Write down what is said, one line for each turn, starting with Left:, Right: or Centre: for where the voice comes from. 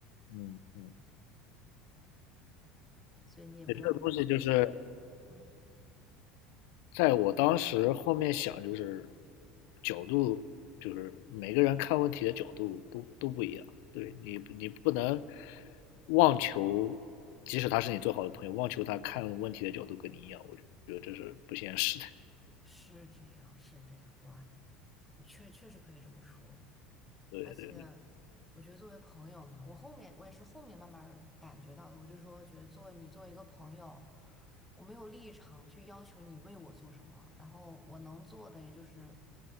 Left: 嗯嗯
Centre: 所以你也不用，
Left: 对这个东西就是
Centre: 嗯，
Left: 在我当时后面想，就是角度，就是每个人看问题的角度都都不一样。对你，你不能妄求，即使他是你最好的朋友，妄求他看问题的角度跟你一样，我觉得这是不现实的。
Centre: 是这样，是这样，哇，确确实可以这么说。
Left: 对对。
Centre: 而且我觉得作为朋友嘛，我后面我也是后面慢慢儿感觉到的，我就说觉得作为你作为一个朋友，我没有立场去要求你为我做什么，然后我能做的也就是